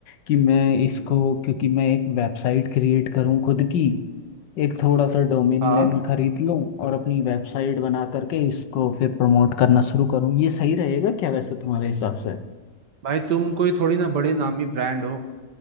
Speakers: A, on the left (about 75°); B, on the right (about 70°).
A: कि मैं इसको क्योंकि मैं एक वेबसाइट क्रिएट करूँ खुद की एक थोड़ा सा डोमेन
B: हाँ
A: नेम खरीद लूँ और अपनी वेबसाइट बना करके इसको फिर प्रमोट करना शुरू करूँ ये सही रहेगा क्या वैसे तुम्हारे हिसाब से
B: भाई तुम कोई थोड़ी ना बड़े नामी ब्रांड हो